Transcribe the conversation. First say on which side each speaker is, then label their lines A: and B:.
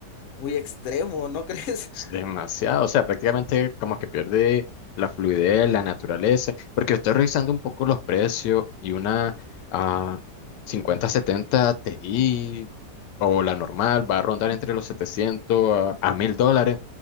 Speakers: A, on the left; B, on the left.
A: muy extremo, ¿no crees?
B: Es demasiado, o sea, prácticamente como que pierde la fluidez, la naturaleza, porque estoy revisando un poco los precios y una ah, 50-70 Ti o la normal va a rondar entre los 700 a, a 1000 dólares.